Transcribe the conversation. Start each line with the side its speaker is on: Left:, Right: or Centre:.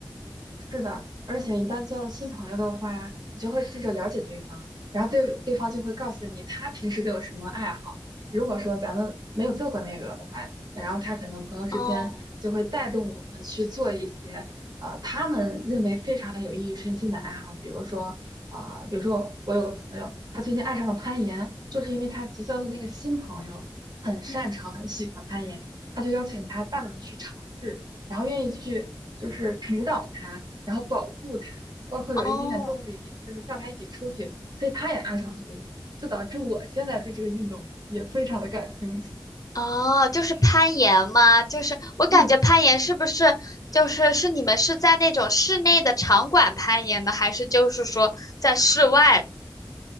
Right: 是的，而且一旦交了新朋友的话，你就会试着了解对方，然后对对方就会告诉你他平时都有什么爱好。如果说咱们没有做过那个的话，然后他可能朋友之间就会带动我们去做一些呃他们认为非常有益于身心的爱好，
Left: 哦，
Right: 比如说啊呃比如说我有个朋友，他最近爱上了攀岩，就是因为他结交的那个新朋友很擅长、
Left: 嗯，
Right: 很喜欢攀岩，他就邀请他大胆的去尝试。然后愿意去就是指导他，然后保护他，包括有一点点动力，
Left: 哦。
Right: 就是叫他一起出去，所以他也爱上这个运动，就导致我现在对这个运动也非常的感兴趣。
Left: 哦，就是攀岩吗？就是我感觉攀岩是不是就是是你们是在那种室内的场馆攀岩的，
Right: 嗯
Left: 还是就是说在室外的